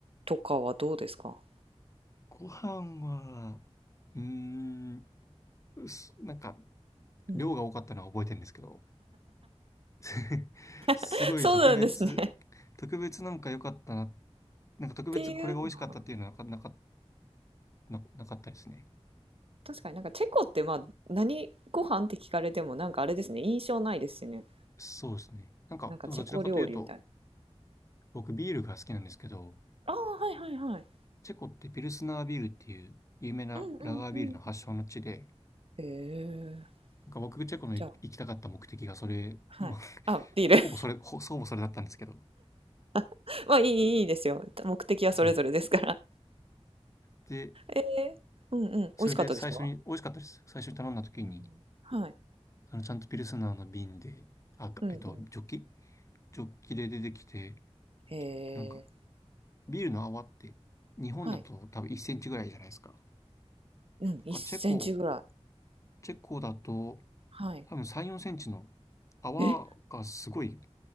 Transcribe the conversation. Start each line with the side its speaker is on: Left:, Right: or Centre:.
Right: とかはどうですか？
Left: ご飯は、うーん、すなんか、
Right: うん。
Left: 量が多かったのは覚えてるんですけど、<laughs> すごい特別、
Right: <laughs> そうなんですね。っ
Left: 特別なんか良かったな、なんか特別これが美味しかったっていうのはなかなか、
Right: ていうのは
Left: な、なかったですね。
Right: 確かになんかチェコってまあ何ご飯って聞かれてもなんかあれですね印象ないですしね
Left: そうですね。なんか、
Right: なんかチェコ料理みたいな
Left: でもどちらかというと、僕ビールが好きなんですけど、
Right: ああはいはいはい
Left: チェコってピルスナービールっていう有名なラガービールの発祥の地で、
Right: うんうんうんへえ
Left: なんか僕、チェコの行きたかった目的がそれ、
Right: じゃあはいあビール
Left: まあ、ほぼそれ、ほ、ほぼそれだったんですけど。
Right: <laughs> まあいいいいいいですよ目的はそれぞれですから
Left: そうねで、
Right: えーうんうん美味しかったですか
Left: それで最初に、美味しかったです。最初に頼んだ時に、
Right: うんはい
Left: そのちゃんとピルスナーの瓶で、あ、
Right: うんうん
Left: えっと、ジョッキジョッキで出てきて、
Right: へえ
Left: で、なんか、ビールの泡って、日本だと多分1センチぐらいじゃないですか。
Right: はい
Left: な
Right: うん1センチぐらい
Left: んかチェコ、チェコだと、
Right: はい
Left: 多分3、4センチの泡がすごい
Right: え